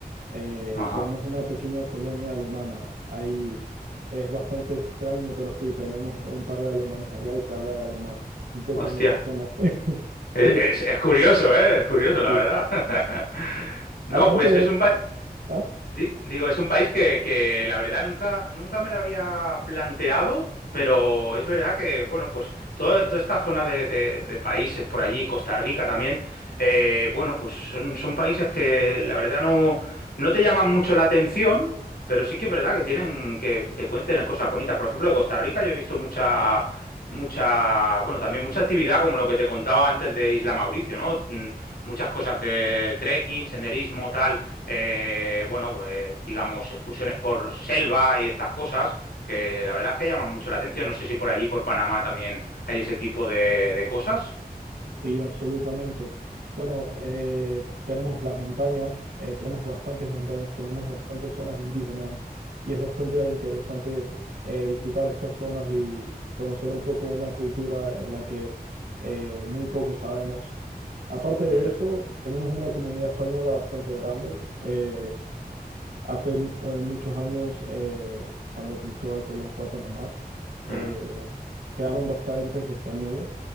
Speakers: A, on the right; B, on the left.
A: Eh,
B: Ajá.
A: tenemos una pequeña colonia alemana, ahí es bastante extraño, pero sí, tenemos un par de alemanes allá y se habla de alemán un poco
B: Hostia.
A: en esa zona. <laughs>
B: Es,
A: Sí,
B: es- es curioso, ¿eh? Es curioso, la
A: sí.
B: verdad. <laughs> No,
A: Aparte
B: pues es
A: es,
B: un país.
A: ah,
B: Di- Digo, es un país que, que la verdad nunca, nunca me lo había planteado, pero es verdad que, bueno, pues toda, toda esta zona de, de- de países por allí, Costa Rica también, eh, bueno, pues son, son países que la verdad no, no te llaman mucho la atención, pero sí que es verdad que tienen, que, que pueden tener cosas bonitas. Por ejemplo, de Costa Rica yo he visto mucha, mucha, bueno, también mucha actividad, como lo que te contaba antes de Isla Mauricio, ¿no? Mm, Muchas cosas de trekking, senderismo, tal eh, bueno, pues, digamos, excursiones por selva y estas cosas, que la verdad es que llaman mucho la atención. No sé si por allí, por Panamá, también hay ese tipo de, de cosas.
A: sí, absolutamente. Bueno, eh, tenemos las montañas, eh, tenemos bastantes montañas, tenemos bastantes zonas indígenas y es bastante interesante eh, visitar estas zonas y conocer un poco una cultura de la que eh, muy poco sabemos. Aparte de
B: Ujú,
A: eso, tenemos una comunidad española bastante grande. Eh, Hace eh, muchos años, eh, cuando Cristóbal Colón fue a Panamá, eh,
B: ujú,
A: quedaron bastantes españoles.